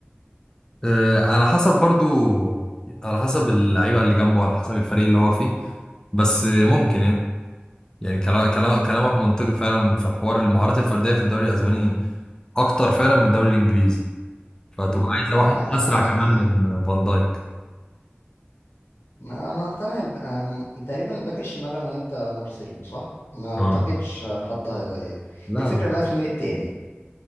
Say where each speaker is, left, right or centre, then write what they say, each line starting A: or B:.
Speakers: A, on the left; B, on the left.
A: آه، على حسب برضو على حسب اللعيبة اللي جنبه على حسب الفريق اللي هو فيه بس آه، ممكن يعني يعني كلا- كلا- كلامك منطقي فعلا في حوار المهارات الفردية في الدوري الأسباني أكتر فعلا من الدوري الإنجليزي فهتبقى
B: امم
A: عايزة
B: واعلى
A: واحد
B: اعلى
A: أسرع كمان
B: كتير
A: من فان دايك
B: ما ما اقتنع الب... آم، تقريبا الباك الشمال انا وانت مارسيلو صح ما
A: مم.
B: اعتقدش حد هيغير
A: لا
B: الفكره
A: لا
B: بقى في مين التاني